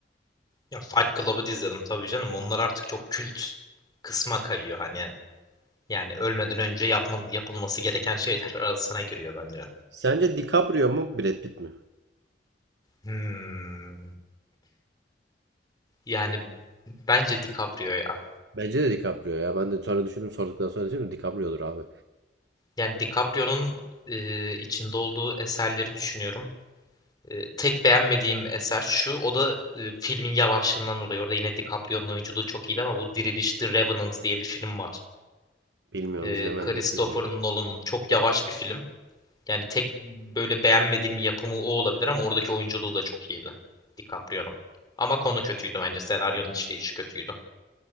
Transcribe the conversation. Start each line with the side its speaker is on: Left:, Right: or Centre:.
Left: Ya Fight Club'ı da izledim tabii canım. Onlar artık çok kült kısma kayıyor hani. Yani ölmeden önce yapma, yapılması gereken şeyler <laughs> arasına giriyor bence.
Right: Sence DiCaprio mu Brad Pitt mi?
Left: Hmm. Yani bence DiCaprio ya.
Right: Bence de DiCaprio ya. Ben de sonra düşündüm sorduktan sonra düşündüm DiCaprio'dur abi.
Left: Yani DiCaprio'nun e, içinde olduğu eserleri düşünüyorum. E, tek beğenmediğim eser şu. O da e, filmin yavaşlığından dolayı. Orada yine DiCaprio'nun oyunculuğu çok iyiydi ama bu Diriliş The Revenant diye bir film var.
Right: Bilmiyorum
Left: E,
Right: izlemedim.
Left: Christopher
Right: İlk izleyebilirim.
Left: Nolan'ın çok yavaş bir film. Yani tek böyle beğenmediğim yapımı o olabilir ama oradaki oyunculuğu da çok iyiydi DiCaprio'nun. Ama konu kötüydü bence. Senaryonun işleyişi kötüydü.